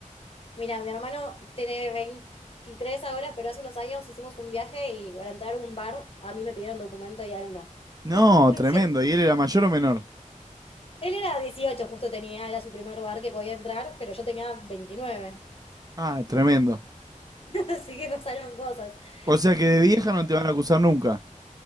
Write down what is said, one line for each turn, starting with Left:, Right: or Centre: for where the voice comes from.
Left: Mira, mi hermano tiene 23 ahora, pero hace unos años hicimos un viaje y para entrar a un bar a mí me pidieron documento y a él no.
Right: No,
Left: <laughs>
Right: tremendo.
Left: Siempre.
Right: ¿Y él era mayor o menor?
Left: Él era 18, justo tenía, era su primer bar que podía entrar, pero yo tenía 29,
Right: Ah, tremendo.
Left: <laughs> así que pasaron cosas.
Right: O sea que de
Left: Así
Right: vieja
Left: que,
Right: no te van a acusar nunca.